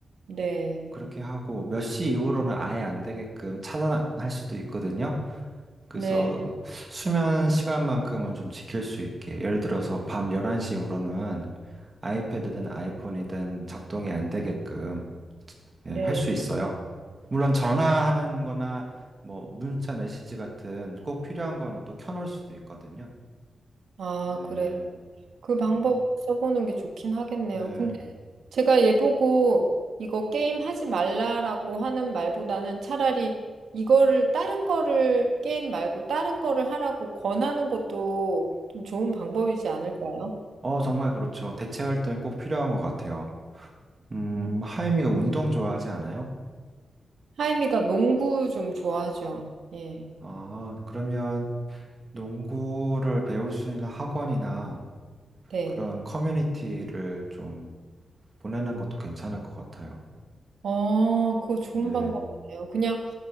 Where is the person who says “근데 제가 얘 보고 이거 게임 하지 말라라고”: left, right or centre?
Right